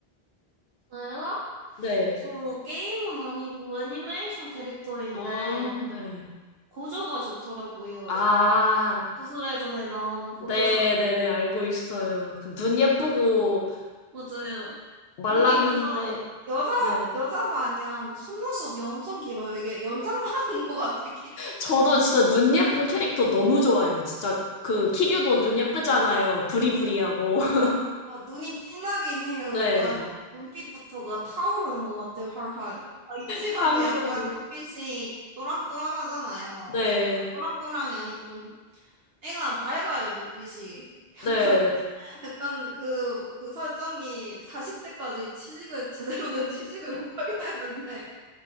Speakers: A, on the right; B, on the left.
A: 저요?
B: 네.
A: 저 게임은 아니고 애니메이션 캐릭터인데
B: 어, 네.
A: 고조가 좋더라고요.
B: 아,
A: 주술회전에 나오는 고조
B: 네네네. 알고 있어요. 그눈 예쁘고
A: 맞아요.
B: 말랐는데,
A: 눈이 음. 무슨 여자
B: 네.
A: 여자 마냥 속눈썹이 엄청 길어요. 이게 연장받은 <laughs> 것 같아 길이.
B: 저도 진짜 눈 예쁜 캐릭터 너무 좋아해요. 진짜 그 키류도
A: 진짜요?
B: 눈 예쁘잖아요. 부리부리하고. <laughs>
A: 아, 눈이 진하긴 해요.
B: 네,
A: 약간
B: 뭐
A: 눈빛부터가 타오르는 것 같아요. 활활. 아, 이치반도
B: 탕후루는
A: 약간 눈빛이 또랑또랑하잖아요.
B: 네.
A: 아니 그러니까
B: 네.
A: 또랑또랑이 아니고 좀 애가 밝아요 눈빛이. <laughs>
B: 네.
A: 약간 약간 그 그 설정이 40대까지 취직을 제대로 된 취직을 못하긴 했는데.